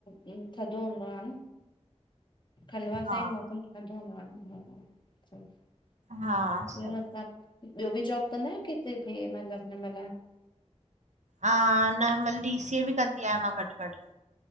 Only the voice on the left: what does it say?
थ -- धोंदो आहे न। खलवावास
सां ई मौसम ठंदो न ॿियो
असां -- ॿियो बि जॉब कंदा आहि किथे बि मतलब हिन महिल --